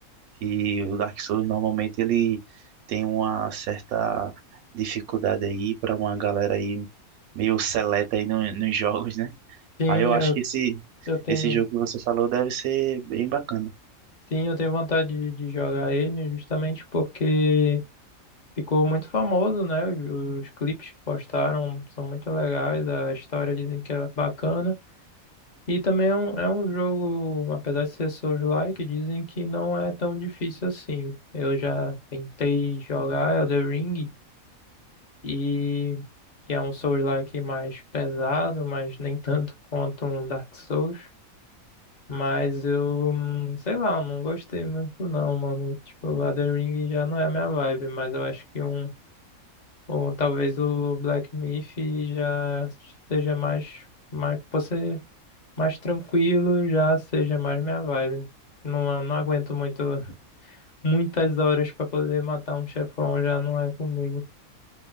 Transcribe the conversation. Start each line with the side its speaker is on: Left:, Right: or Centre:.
Right: Que o Dark Souls normalmente ele tem uma certa dificuldade aí para uma galera aí meio seleta aí no- nos jogos, né?
Left: Sim,
Right: Aí eu
Left: eu,
Right: acho que esse
Left: eu tenho.
Right: esse jogo que você falou deve ser bem bacana.
Left: Sim, eu tenho vontade de, de jogar ele justamente porque ficou muito famoso, né? Os, os clipes que postaram são muito legais, a história dizem que é bacana. E também é um, é um jogo, apesar de ser Souls-like, dizem que não é tão difícil assim. Eu já tentei jogar Elden Ring, e que é um Souls-like mais pesado, mas nem tanto quanto um Dark Souls. Mas eu, hum, sei lá, eu não gostei muito não, mano. Tipo, a The Ring já não é a minha vibe, mas eu acho que um, ou talvez o Black Myth já seja mais, mais, pode ser mais tranquilo, já seja mais minha vibe. Não, eu não aguento muito, <laughs> muitas horas pra poder matar um chefão, já não é comigo.